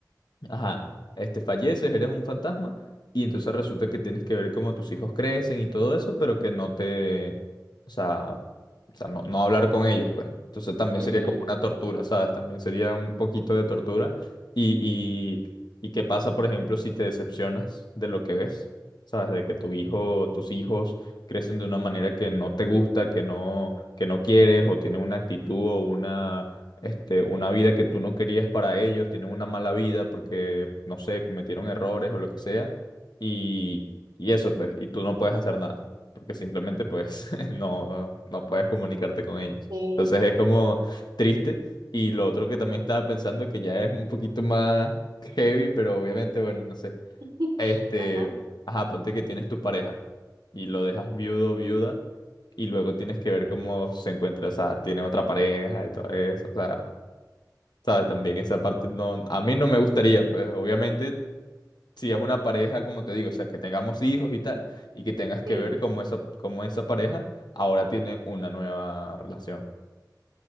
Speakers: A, on the left; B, on the right.
A: Ajá, este, falleces, eres un fantasma y entonces resulta que tienes que ver cómo tus hijos crecen y todo eso, pero que no te, o sea, o sea, no, no hablar con ellos, pues. Entonces también
B: ujú,
A: sería como una tortura, ¿sabes? También sería un poquito de tortura. Y, y, y qué pasa, por ejemplo, si te decepcionas de lo que ves, ¿sabes? De que tu hijo, tus hijos crecen de una manera que no te gusta, que no, que no quieres, o tienen una actitud o este, una vida que tú no querías para ellos, tienen una mala vida porque, no sé, cometieron errores o lo que sea, y, y eso, pues, y tú no puedes hacer nada, porque simplemente, pues, <laughs> no, no puedes comunicarte con ellos.
B: sí,
A: Entonces es como triste, y lo otro que también estaba pensando, que ya es un poquito más heavy, pero obviamente, bueno, no sé,
B: <laughs>
A: este,
B: ajá,
A: ajá, ponte que tienes tu pareja, y lo dejas viudo o viuda, y luego tienes que ver cómo se encuentra, o sea, tiene otra pareja y todo eso, o sea, ¿Sabes? También esa parte no, a mí no me gustaría, pues obviamente si es una pareja, como te digo, o sea, que tengamos hijos y tal, y que tengas que
B: sí.
A: ver cómo esa, cómo esa pareja ahora tiene una nueva relación.